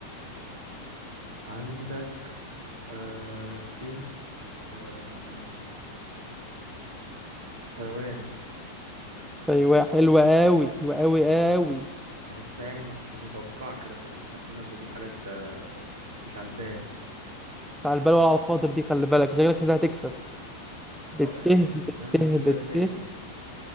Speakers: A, on the right; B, in the centre.
A: عندك آه ت آم، تايوان
B: ايوه حلوه قوي حلوه قوي قوي
A: تحسها يعني مش مش متوقعة كده فاهمني حاسس ان انا بجيب حاجات آه، مش على البال
B: على البال وعلى الخاطر دي خلي بالك شكلك كده هتكسب بته
A: اه يعني حاسس ان
B: بته
A: تقريباً مفيش بلاد
B: بته
A: تاني يعني